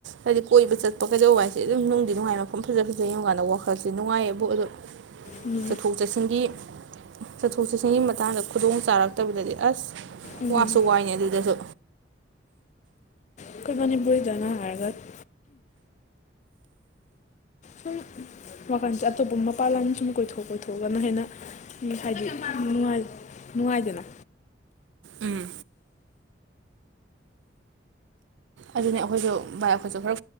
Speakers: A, on the right; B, on the left.
A: ꯍꯥꯏꯗꯤ ꯀꯣꯏꯕ ꯆꯠꯄ ꯀꯩꯗꯧꯕ ꯍꯥꯏꯁꯦ ꯑꯗꯨꯝ ꯅꯨꯡꯗꯤ ꯅꯨꯡꯉꯥꯏ ꯃꯐꯝ ꯐꯖ ꯐꯖ ꯌꯦꯡꯉꯨꯀꯥꯟꯗ ꯋꯥꯈꯜꯁꯦ ꯅꯨꯡꯉꯥꯏꯌꯦꯕꯨ ꯑꯗꯣ
B: ꯎꯝ
A: ꯆꯠꯊꯣꯛ ꯆꯠꯁꯤꯟꯒꯤ ꯆꯠꯊꯣꯛ ꯆꯠꯁꯤꯟꯒꯤ ꯃꯇꯥꯡꯗ ꯈꯨꯗꯣꯡ ꯆꯥꯔꯛꯇꯕꯗꯗꯤ ꯑꯁ
B: ꯎꯝ
A: ꯋꯥꯁꯨ ꯋꯥꯏꯅꯦ ꯑꯗꯨꯗꯁꯨ
B: ꯑꯩꯈꯣꯏ ꯃꯅꯤꯄꯨꯔꯗꯅ ꯍꯥꯏꯔꯒ ꯁꯨꯝ ꯋꯥꯈꯜꯁꯦ ꯑꯇꯣꯞꯄ ꯃꯄꯥꯟ ꯂꯝ ꯁꯨꯝ ꯀꯣꯏꯊꯣꯛ ꯀꯣꯏꯊꯣꯛꯑꯒꯅ ꯍꯦꯟꯅ ꯍꯥꯏꯗꯤꯅꯨꯡꯥꯏ ꯅꯨꯡꯉꯥꯏꯗꯅ
A: ꯎꯝ ꯑꯗꯨꯅꯦ ꯑꯩꯈꯣꯏꯁꯨ ꯚꯥꯏ ꯑꯩꯈꯣꯏꯁꯨ ꯈꯔ